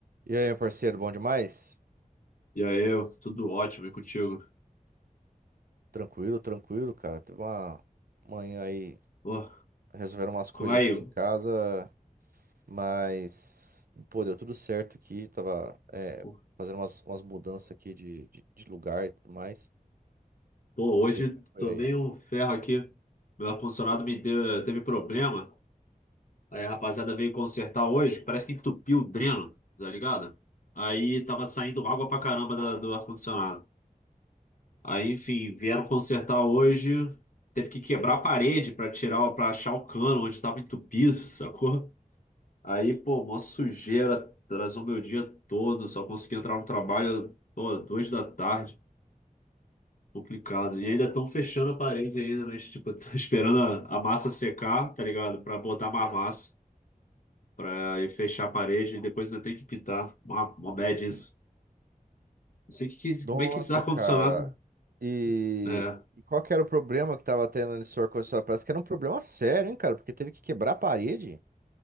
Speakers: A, on the right (about 80°); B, on the left (about 60°).
A: E aí, meu parceiro, bom demais?
B: E aí, eu, tudo ótimo e contigo?
A: Tranquilo, tranquilo, cara. Teve uma manhã aí,
B: Pô,
A: resolveram umas coisas
B: como é
A: aqui
B: aí?
A: em casa, mas, pô, deu tudo certo aqui. Tava, é,
B: Pô,
A: fazendo umas, umas mudanças aqui de, de, de lugar e tudo mais.
B: pô, hoje
A: E como é que foi
B: tomei
A: aí?
B: um ferro aqui. Meu ar-condicionado me deu, teve problema. Aí a rapaziada veio consertar hoje. Parece que entupiu o dreno, tá ligado? Aí tava saindo água pra caramba da- do ar-condicionado. Aí, enfim, vieram consertar hoje. Teve que quebrar a parede pra tirar, para achar o cano onde estava entupido, <laughs> sacou? Aí, pô, mó sujeira, atrasou meu dia todo, só consegui entrar no trabalho, pô, duas da tarde, complicado. E ainda estão fechando a parede ainda, mas, tipo, tô <laughs> esperando a, a massa secar, tá ligado? Pra botar mais massa, pra ir fechar a parede e depois ainda tem que pintar. Uma, uma bad isso. Não sei que, que-
A: Nossa,
B: como é que esse ar-condicionado.
A: cara. E,
B: É.
A: e qual que era o problema que tava tendo nesse ar-condicionado? Parece que era um problema sério, hein, cara? Porque teve que quebrar a parede.